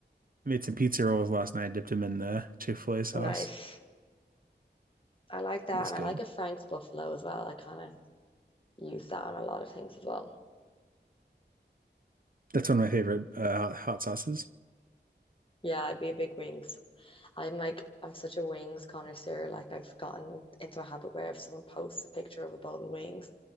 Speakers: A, on the right; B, on the left.
A: I made some pizza rolls last night. Dipped them in the Chick-fil-A sauce.
B: Nice. I like that.
A: It was
B: And
A: good.
B: I like a Frank's Buffalo as well. I kind of use that on a lot of things as well.
A: That's one of my favorite uh, hot hot sauces.
B: Yeah, I'd be a big wings. I'm like, I'm such a wings connoisseur. Like, I've gotten into a habit where if someone posts a picture of a bowl of wings,